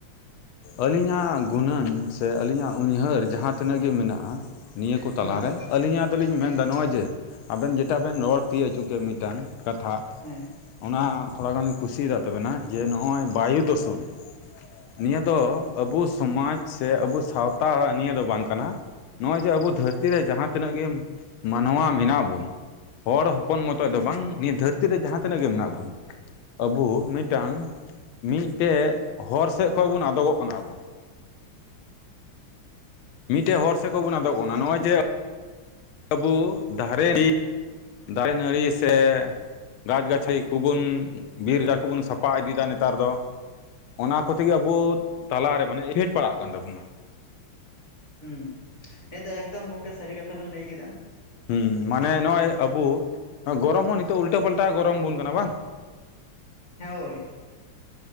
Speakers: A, on the left (about 85°); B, on the left (about 35°).
A: ᱟᱹᱞᱤᱧᱟᱜ ᱜᱩᱱᱟᱹᱱ ᱥᱮ ᱟᱹᱞᱤᱧᱟᱜ ᱩᱭᱦᱟᱹᱨ ᱡᱟᱦᱟᱸ ᱛᱤᱱᱟᱹᱜ ᱜᱮ ᱢᱮᱱᱟᱜᱼᱟ᱾ ᱱᱤᱭᱟᱹ ᱠᱚ
B: ᱦᱩᱸ
A: ᱛᱟᱞᱟᱨᱮ ᱟᱹᱞᱤᱧᱟᱜ ᱫᱚᱞᱤᱧ
B: ᱦᱮᱸ
A: ᱢᱮᱱᱫᱟ ᱱᱚᱜᱼᱚᱭ ᱡᱮ ᱟᱵᱮᱱ ᱡᱮᱴᱟ ᱵᱮᱱ ᱨᱚᱲ ᱛᱤᱭ ᱚᱪᱚ ᱠᱮᱫ ᱢᱤᱫᱴᱟᱝ ᱠᱟᱛᱷᱟ
B: ᱦᱮᱸ
A: ᱚᱱᱟ ᱛᱷᱚᱲᱟ ᱜᱟᱱᱤᱧ ᱠᱩᱥᱤᱭᱟᱠᱟᱫ ᱛᱟᱵᱮᱱᱟ ᱡᱮ ᱱᱚᱜ ᱚᱭ ᱵᱟᱭᱩ ᱫᱷᱩᱥᱚᱱ ᱱᱤᱭᱟᱹ ᱫᱚ
B: ᱦᱩᱸ
A: ᱟᱵᱚ ᱥᱚᱢᱟᱡ ᱥᱮ ᱟᱵᱚ ᱥᱟᱶᱛᱟ ᱱᱤᱭᱟᱹ ᱫᱚ ᱵᱟᱝ ᱠᱟᱱᱟ᱾ ᱱᱚᱜᱼᱚᱭ ᱡᱮ ᱟᱵᱚ ᱫᱷᱟᱹᱨᱛᱤ ᱨᱮ ᱡᱟᱦᱟᱸ ᱛᱤᱱᱟᱹᱜ ᱜᱮ ᱢᱟᱱᱣᱟ ᱢᱮᱱᱟᱜ ᱵᱚᱱ, ᱦᱚᱲ ᱦᱚ ᱯᱚᱱ ᱢᱚᱛᱚᱡ
B: ᱦᱩᱸ
A: ᱫᱚ ᱵᱟᱝ ᱱᱤᱭᱟᱹ ᱫᱷᱟᱹᱨᱛᱤ ᱨᱮ ᱡᱟᱦᱟᱸ ᱛᱤᱱᱟᱹᱜ ᱜᱮ ᱢᱮᱱᱟᱜ ᱵᱚᱱ᱾ ᱟᱵᱚ ᱢᱤᱫᱴᱟᱝ ᱢᱤᱫᱴᱮᱡ ᱦᱚᱨ ᱥᱮᱫ ᱠᱷᱚᱱᱚᱡ ᱵᱚᱱ ᱟᱫᱚᱜᱚᱜ ᱠᱟᱱᱟ ᱟᱵᱚ᱾ ᱢᱤᱫᱴᱮᱡ ᱦᱚᱨ ᱥᱮᱫ ᱠᱷᱚᱡ
B: ᱦᱚᱲ
A: ᱵᱚᱱ ᱟᱫᱚᱜ
B: ᱢᱟ
A: ᱠᱟᱱᱟ
B: ᱚᱱᱟ
A: ᱱᱚᱜᱼᱚᱭ
B: ᱫᱚ
A: ᱡᱮ ᱟᱵᱚ ᱫᱷᱟᱨᱮ ᱫᱟᱨᱮ, ᱱᱟᱹᱲᱤ ᱥᱮ ᱜᱟᱪᱷ-ᱜᱟᱪᱷᱟᱭ ᱠᱚᱵᱚᱱ ᱵᱤᱨ ᱠᱚᱵᱚᱱ ᱥᱟᱯᱷᱟ ᱤᱫᱤᱭᱮᱫᱟ ᱱᱮᱛᱟᱨ ᱫᱚ᱾ ᱚᱱᱟ ᱠᱚᱛᱮᱜᱮ ᱟᱵᱚ ᱛᱟᱞᱟᱨᱮ ᱢᱟᱱᱮ ᱮᱯᱷᱮᱠᱴ ᱯᱟᱲᱟᱜ ᱠᱟᱱ ᱛᱟᱵᱚᱱᱟ ᱾
B: ᱦᱩᱸ ᱱᱤᱭᱟᱹ ᱫᱚ ᱮᱠᱫᱚᱢ ᱜᱚᱝᱠᱮ ᱥᱟᱹᱨᱤ ᱠᱟᱛᱷᱟ ᱵᱮᱱ ᱞᱟᱹᱭ ᱠᱮᱫᱟ᱾
A: ᱦᱮᱸ, ᱢᱟᱱᱮ ᱱᱚᱜ ᱚᱭ ᱟᱵᱚ ᱜᱚᱨᱚᱢ ᱦᱚᱸ ᱱᱤᱛᱚᱜ ᱩᱞᱴᱟᱹ ᱯᱟᱞᱴᱟ ᱜᱚᱨᱚᱢ ᱵᱚᱱ ᱠᱟᱱᱟ ᱵᱟᱝ?
B: ᱦᱮᱸᱭᱳᱭ ᱾